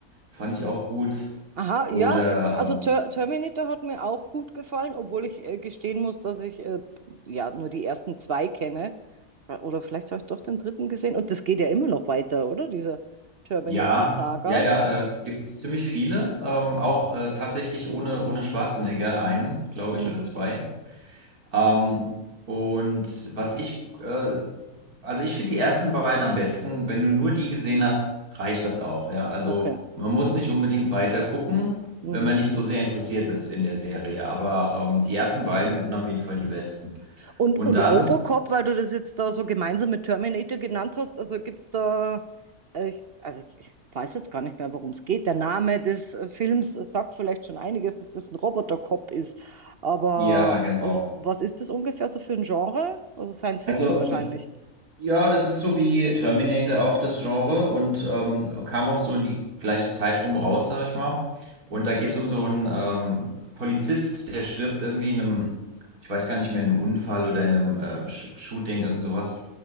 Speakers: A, on the right; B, on the right.
A: fand ich auch gut.
B: Aha,
A: Oder
B: ja, äh, also
A: ähm,
B: Ter Terminator hat mir auch gut gefallen, obwohl ich äh, gestehen muss, dass ich äh, ja nur die ersten zwei kenne. Oder vielleicht habe ich doch den dritten gesehen und das geht ja immer noch weiter, oder? Diese Terminator-Saga.
A: ja, ja, ja, da gibt es ziemlich viele. Ähm, auch äh, tatsächlich ohne, ohne Schwarzenegger einen, glaube
B: Mhm.
A: ich, oder zwei. Ähm, und was ich, äh, also ich finde die ersten beiden am besten. Wenn du nur die gesehen hast, reicht das auch, ja. Also
B: Okay.
A: man muss nicht unbedingt weiter gucken,
B: Mhm.
A: wenn man nicht so sehr interessiert ist in der Serie. Aber ähm, die ersten beiden sind auf jeden Fall die besten.
B: Und,
A: Und
B: und
A: dann,
B: Robocop, weil du das jetzt da so gemeinsam mit Terminator genannt hast, also gibt es da, äh, ich- also ich, ich weiß jetzt gar nicht mehr, worum es geht. Der Name des äh, Films sagt vielleicht schon einiges, dass das ein Robotercop ist. Aber
A: ja, genau.
B: um, was ist das ungefähr so für ein Genre? Also Science Fiction
A: Also
B: wahrscheinlich.
A: Ja, das ist so wie Terminator auch das Genre und ähm, kam auch so in die gleiche Zeit rum raus, sag ich mal. Und da geht es um so einen ähm, Polizist, der stirbt irgendwie in einem, ich weiß gar nicht mehr, in einem Unfall oder in einem äh, Sh Shooting, irgend sowas.